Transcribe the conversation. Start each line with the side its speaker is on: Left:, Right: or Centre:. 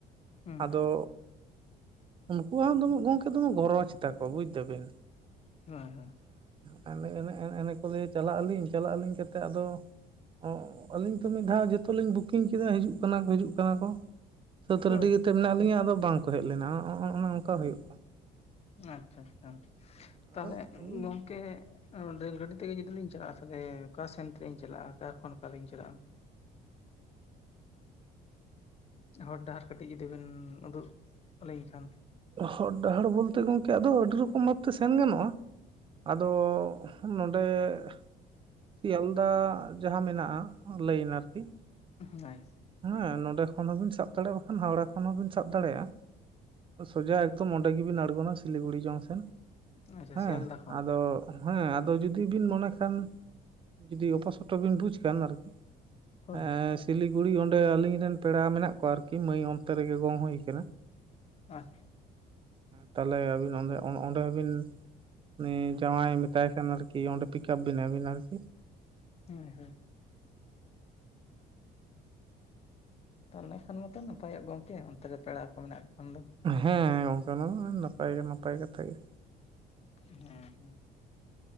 Left: ᱦᱩᱸ
Right: ᱟᱫᱚ ᱩᱱᱠᱩ ᱦᱚᱸ ᱫᱚᱢᱮ ᱜᱚᱢᱠᱮ ᱫᱚᱢᱮ ᱜᱚᱨᱚᱣ ᱛᱟ ᱠᱚ। ᱵᱩᱡᱽ ᱠᱮᱫᱟ ᱵᱤᱱ?
Left: ᱦᱮᱸ ᱦᱮᱸ᱾
Right: ᱦᱮᱸ ᱮᱱ ᱮᱱᱮ ᱠᱚᱞᱮ ᱪᱟᱞᱟᱜ ᱟᱞᱤᱧ ᱪᱟᱞᱟᱜ ᱟᱹᱞᱤᱧ ᱠᱟᱛᱮᱫ ᱟᱫᱚ ᱼᱼ ᱚ ᱟᱹᱞᱤᱧ ᱛᱚ ᱢᱤᱫ ᱫᱷᱟᱣ ᱡᱷᱚᱛᱚ ᱞᱤᱧ ᱵᱩᱠᱤᱝ ᱠᱮᱫᱟ᱾ ᱦᱤᱡᱩᱜ ᱠᱟᱱᱟ ᱠᱚ, ᱦᱤᱡᱩᱜ ᱠᱟᱱᱟ ᱠᱚ। ᱥᱟᱹᱛ
Left: ᱦᱳᱭ
Right: ᱨᱮᱰᱤ ᱠᱟᱛᱮᱫ ᱢᱮᱱᱟᱜ ᱞᱤᱧᱟᱹ, ᱟᱫᱚ ᱵᱟᱝ ᱠᱚ ᱦᱮᱡ ᱞᱮᱱᱟ᱾ ᱚᱸ ᱚᱸ ᱚᱱᱮ ᱚᱝᱠᱟ ᱦᱩᱭᱩᱜ ᱠᱟᱱᱟ।
Left: ᱟᱪᱪᱷᱟ ᱟᱪᱪᱷᱟ ᱛᱟᱦᱚᱞᱮ
Right: ᱟᱫᱚ ᱟᱹᱞᱤᱧ
Left: ᱜᱚᱝ ᱼᱼ ᱠᱮ ᱨᱮᱞ ᱜᱟᱹᱰᱤ ᱛᱮᱜᱮ ᱡᱩᱫᱤ ᱞᱤᱧ ᱪᱟᱞᱟᱜᱼᱟ, ᱛᱟᱦᱚᱞᱮ ᱚᱠᱟ ᱥᱮᱱ ᱛᱮ ᱞᱤᱧ ᱪᱟᱞᱟᱜᱼᱟ᱾ ᱚᱠᱟ ᱠᱷᱚᱱ ᱚᱠᱟᱞᱤᱧ ᱪᱟᱞᱟᱜᱼᱟ? ᱦᱚᱨ ᱰᱟᱦᱟᱨ ᱠᱟᱹᱴᱤᱡ ᱡᱩᱫᱤᱵᱤᱱ ᱩᱫᱩᱜ ᱟᱹᱞᱤᱧ ᱠᱷᱟᱱ
Right: ᱦᱚᱨ ᱰᱟᱦᱟᱨ ᱵᱚᱞᱛᱮ ᱜᱚᱝᱠᱮ, ᱟᱫᱚ ᱟᱹᱰᱤ ᱨᱚᱠᱚᱢ ᱵᱷᱟᱵᱽ ᱛᱮ ᱥᱮᱱ ᱜᱟᱱᱚᱜᱼᱟ। ᱟᱫᱚ ᱱᱚᱰᱮ ᱼᱼ ᱥᱤᱭᱟᱞᱫᱟ ᱡᱟᱦᱟᱸ ᱢᱮᱱᱟᱜᱼᱟ, ᱞᱟᱹᱤᱱ ᱟᱨᱠᱤ᱾
Left: ᱦᱳᱭ ᱿
Right: ᱦᱮᱸ ᱱᱚᱰᱮ ᱠᱷᱚᱱ ᱦᱚᱸᱵᱤᱱ ᱥᱟᱵᱽ ᱫᱟᱲᱮᱭᱟᱜᱼᱟ, ᱵᱟᱝᱠᱷᱟᱱ ᱦᱟᱣᱲᱟ ᱠᱷᱚᱱ ᱦᱚᱸᱵᱤᱱ ᱥᱟᱵ ᱫᱟᱲᱮᱭᱟᱜᱼᱟ। ᱥᱚᱡᱟ ᱮᱠᱫᱚᱢ ᱼᱼ ᱚᱸᱰᱮ ᱜᱮᱵᱤᱱ ᱟᱬᱜᱚᱱᱟ, ᱥᱤᱞᱤᱜᱩᱲᱤ ᱡᱚᱝᱥᱚᱱ
Left: ᱟᱪᱪᱷᱟ
Right: ᱦᱮᱸ
Left: ᱥᱤᱭᱟᱞᱫᱟ ᱠᱷᱚᱱ
Right: ᱟᱫᱚ ᱦᱮᱸ ᱟᱫᱚ ᱡᱩᱫᱤ ᱵᱤᱱ ᱢᱚᱱᱮ ᱠᱷᱟᱱ ᱡᱩᱫᱤ ᱚᱯᱟᱥᱚᱴᱚ ᱵᱤᱱ ᱵᱩᱡ ᱠᱷᱟᱱ ᱟᱨᱠᱤ।
Left: ᱦᱳᱭ
Right: ᱦᱮᱸᱻ ᱥᱤᱞᱤᱜᱩᱲᱤ ᱚᱸᱰᱮ ᱟᱹᱞᱤᱧ ᱨᱮᱱ ᱯᱮᱲᱟ ᱢᱮᱱᱟᱜ ᱠᱚᱣᱟ ᱟᱨᱠᱤ, ᱢᱟᱹᱭ ᱚᱱᱛᱮ ᱨᱮᱜᱮ ᱜᱚᱝ ᱦᱩᱭ ᱠᱟᱱᱟ।
Left: ᱟᱡ
Right: ᱛᱟᱦᱟᱞᱮ ᱟᱹᱵᱤᱱᱸ ᱚᱸᱰᱮ ᱚᱱ ᱚᱸᱰᱮ ᱦᱚᱸ ᱵᱤᱱ ᱩᱱᱤ ᱡᱟᱶᱟᱭ ᱢᱮᱛᱟᱭ ᱠᱷᱟᱱ ᱟᱨᱠᱤ ᱚᱸᱰᱮ ᱯᱤᱠᱟᱯ ᱵᱤᱱᱟᱭ ᱟᱹᱵᱤᱱ ᱟᱨᱠᱤ।
Left: ᱦᱮᱸ ᱦᱳᱭ᱾ ᱛᱟᱦᱟᱞᱮ ᱠᱷᱟᱱ ᱢᱟᱛᱚ ᱱᱟᱯᱟᱭᱚᱜ ᱜᱮᱭᱟ ᱜᱚᱝᱠᱮ, ᱚᱱᱛᱮ ᱨᱮ ᱯᱮᱲᱟ ᱠᱚ ᱢᱮᱱᱟᱜ ᱠᱷᱟᱱ ᱫᱚ
Right: ᱦᱮᱸ ᱜᱚᱝᱠᱮ ᱚᱱᱟ ᱫᱚ ᱱᱟᱯᱟᱭ ᱜᱮ ᱱᱟᱯᱟᱭ ᱠᱟᱛᱷᱟ ᱜᱮ।
Left: ᱦᱮᱸ ᱦᱮᱸ᱾